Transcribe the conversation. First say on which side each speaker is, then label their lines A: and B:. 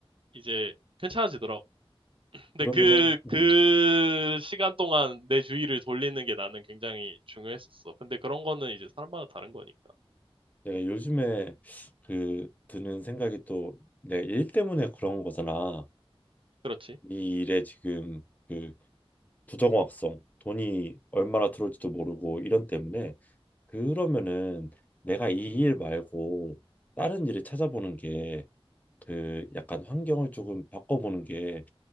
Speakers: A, on the right; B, on the left.
A: 이제 괜찮아지더라고. 근데
B: 그러면은,
A: 그,
B: 음.
A: 그 시간 동안 내 주의를 돌리는 게 나는 굉장히 중요했었어. 근데 그런 거는 이제 사람마다 다른 거니까.
B: 내가 요즘에 그 드는 생각이 또 내가 일 때문에 그런 거잖아.
A: 그렇지.
B: 이 일에 지금 그 부정확성, 돈이 얼마나 들어올지도 모르고 이런 때문에 그러면은 내가 이 일 말고 다른 일을 찾아보는 게 그 약간 환경을 조금 바꿔보는 게